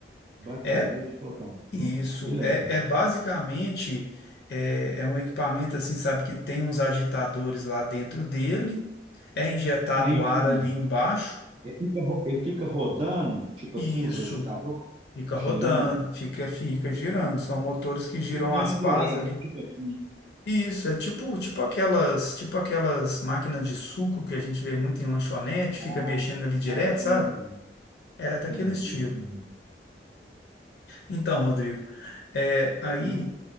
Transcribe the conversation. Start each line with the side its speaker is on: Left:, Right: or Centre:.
Right: Bateria
Left: É
Right: de flotar.
Left: isso,
Right: Que legal.
Left: é, é basicamente é, é um equipamento assim, sabe, que tem uns agitadores lá dentro dele, é injetado
Right: Tem um.
Left: ar ali embaixo.
Right: Ele fica, ro- ele fica rodando, tipo
Left: e
Right: assim, os
Left: Isso.
Right: agitadores,
Left: Fica
Right: girando.
Left: rodando, fica, fica girando.
Right: Uhum.
Left: São motores que
Right: Porque
Left: giram
Right: senão
Left: as
Right: ele
Left: pás
Right: endurece,
Left: ali.
Right: tipo assim.
Left: E isso é tipo, tipo aquelas, tipo aquelas máquinas de suco que a gente vê muito em lanchonete,
Right: Ah,
Left: fica mexendo ali
Right: não,
Left: direto,
Right: entendi.
Left: sabe? É daquele
Right: Entendi,
Left: estilo.
Right: sim.
Left: Então, Rodrigo, é, aí
Right: Uhum.